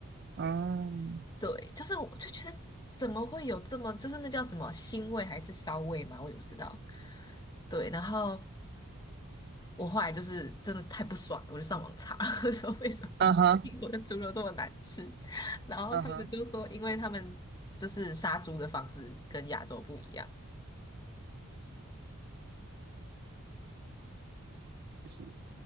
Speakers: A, on the right; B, on the left.
A: 嗯，
B: 对，就是我就觉得怎么会有这么，就是那叫什么腥味还是骚味嘛，我也不知道。对，然后。我后来就是真的太不爽了，我就上网查 <laughs> 说为什么英国的猪肉这么难吃，
A: 嗯哼，
B: 然后他们就说，
A: 嗯哼，
B: 因为他们就是杀猪的方式跟亚洲不一样，
A: 是，